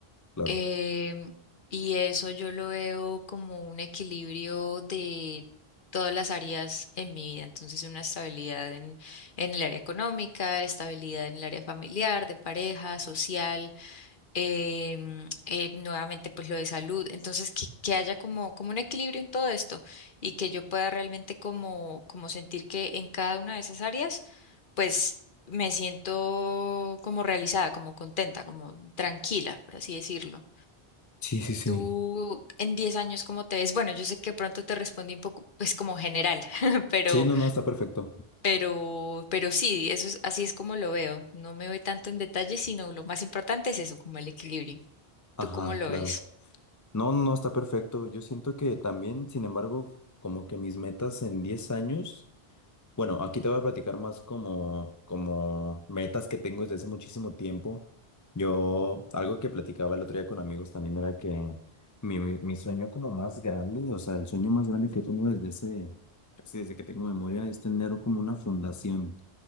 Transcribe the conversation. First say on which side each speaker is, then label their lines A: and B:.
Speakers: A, on the left; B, on the left.
A: Claro.
B: Em, y eso yo lo veo como un equilibrio de todas las áreas en mi vida. Entonces, una estabilidad en, en el área económica, estabilidad en el área familiar, de pareja, social, em, eh, nuevamente pues lo de salud. Entonces, que, que haya como, como un equilibrio en todo esto y que yo pueda realmente como, como sentir que en cada una de esas áreas, pues me siento como realizada, como contenta, como tranquila, por así decirlo
A: Sí, sí, sí.
B: tú en 10 años cómo te ves? Bueno, yo sé que pronto te respondí un poco, pues como general, <laughs> pero,
A: Sí, no, no, está perfecto.
B: pero, pero sí, eso es, así es como lo veo. No me voy tanto en detalle, sino lo más importante es eso, como el equilibrio.
A: Ajá,
B: ¿Tú cómo lo
A: claro.
B: ves?
A: No, no, está perfecto. Yo siento que también, sin embargo, como que mis metas en 10 años, bueno, aquí te voy a platicar más como, como metas que tengo desde hace muchísimo tiempo. Yo, algo que platicaba el otro día con amigos también era que mi, mi mi sueño como más grande, o sea, el sueño más grande que tengo desde hace, casi desde que tengo memoria, es tener como una fundación.